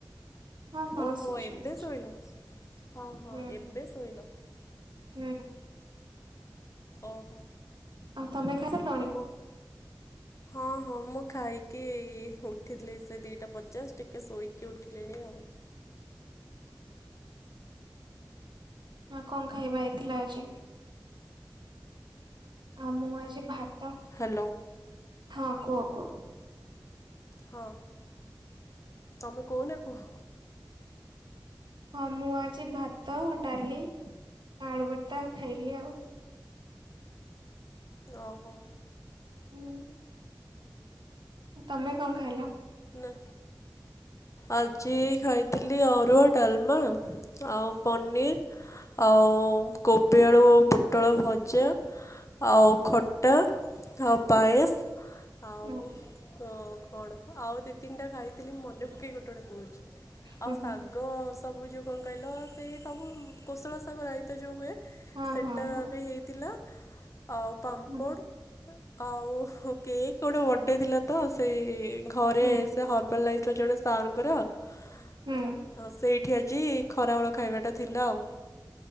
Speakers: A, on the right; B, on the left.
A: ହଁ ହଁ
B: ଓହୋ
A: ଆସୁଛି
B: ଏବେ
A: ଆସୁଛି
B: ଶୋଇଲ। ହଁ ହଁ
A: ହୁଁ
B: ଏବେ ଶୋଇଲ।
A: ହୁଁ।
B: ଓହୋ।
A: ଆଉ ତମେ ଖାଇ ସାଇଲଣି?
B: ଆଉ କଣ ହଁ ହଁ ମୁଁ ଖାଇକି ଉଠିଥିଲି ସେ ଦିଟା ପଚାଶ ଟିକେ ଶୋଇକି ଉଠିଲିଣି ଆଉ।
A: ଆଉ କଣ ଖାଇବା ହେଇଥିଲା ଆଜି? ଆଉ ମୁଁ ଆଜି ଭାତ।
B: ହ୍ୟାଲୋ।
A: ହଁ କୁଅ କୁଅ।
B: ହଁ ତମେ କଉନା କୁହ।
A: ହଁ ମୁଁ ଆଜି ଭାତ, ଡାଲି, ଆଳୁବର୍ତ୍ତା ଖାଇଲି ଆଉ।
B: ଓହୋ।
A: ହୁଁ। ତମେ କଣ ଖାଇଲ?
B: ନା। ଆଜି ଖାଇଥିଲି ଅରୁଆ, ଡାଲମା, ଆଉ ପନିର୍ ଆଉ କୋବି, ଆଳୁ, ପୁଟଳ ଭଜା ଆଉ ଖଟା ଆଉ ପାଏସ। ଆଉ
A: ହୁଁ
B: କ କଣ ଆଉ ଦୁଇ ତିନିଟା ଖାଇଥିଲି ମନେ ପକେଇ ଗୋଟେ ଗୋଟେ କହୁଚି। ଆଉ
A: ହୁଁ
B: ଶାଗ
A: ହୁଁ
B: ସବୁ ଯୋଉ କଣ କଇଲ ସେ ସବୁ କୋଶଳ ଶାଗ ରାଇତା ଯୋଉ ହୁଏ।
A: ହଁ
B: ସେଟା
A: ହଁ ହଁ
B: ବି ହେଇଥିଲା। ଆଉ ପାମ୍ପୋଡ଼
A: ହୁଁ
B: ଆଉ କେକ୍ ଗୋଟେ ବର୍ଡେ ଥିଲା ତ ସେଇ ଘରେ
A: ହୁଁ
B: ସେ ହର୍ବାଲ ଲାଇଫ୍ ରେ ଜଣେ ସାର୍ ଙ୍କର ଅଁ
A: ହୁଁ
B: ସେ ଠି ଆଜି ଖରାବେଳ ଖାଇବାଟା ଥିଲା ଆଉ।